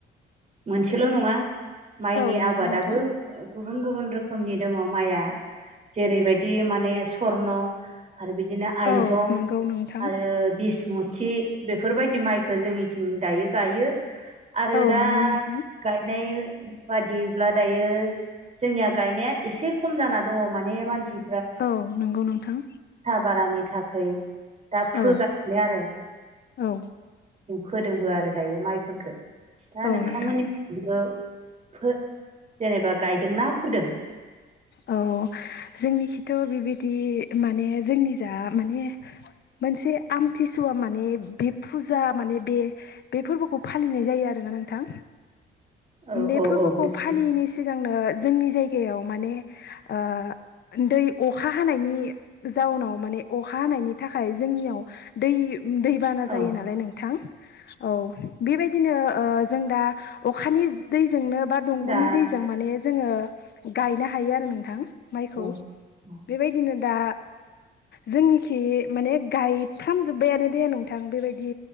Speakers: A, on the right; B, on the left.
A: मोनसेल' नङा माइनि
B: औ नंगौ
A: आबादाबो
B: नोंथां
A: गुबुन गुबुन रोखोमनि दङ माइया जेरैबायदि माने सरन आरो बिदिनो आइजं
B: औ नंगौ नोंथां
A: आरो बिसमुथि बेफोरबायदि माइखौ जोंनिथिं दायो गायो आरो
B: औ
A: दा
B: नंगौ नोंथां
A: गायनाय बादिब्ला दायो जोंनिया गायनाया एसे खम जाना दङ माने मानसि
B: औ नंगौ नोंथां
A: बारानि थाखाय दा फोगासिनो
B: औ
A: आरो
B: औ
A: फोदोंबो आरो दायो माइफोरफोरखौ दा
B: औ
A: नोंथांमोननि
B: नोंथां
A: जेनेबा गायदोंना फोदों
B: औ जोंनिखिथ' बेबायदि माने जोंनि जा माने मोनसे आमथिसुवा माने बे फुजा माने बे बे फोरबोखौ फालिनाय जायो आरो ना नोंथां
A: औ
B: बे
A: औ
B: फोरबोखौ
A: औ मिथिदों
B: फालियैनि सिगांनो जोंनि जायगायाव माने आ दै अखा हानायनि जाउनाव माने अखा हानायनि थाखाय जोंनियाव दै दैबाना जायो
A: औ
B: नालाय नोंथां औ बेबायदिनो जों दा अखानि दै जोंनो बा दंग'नि
A: दा
B: दैजों माने जोङो गायनो हायो आरो नोंथां माइखौ
A: औ औ
B: बेबायदिनो दा जोंनिखि माने गायफ्रामजोब्बायानो दे नोंथां बेबायदि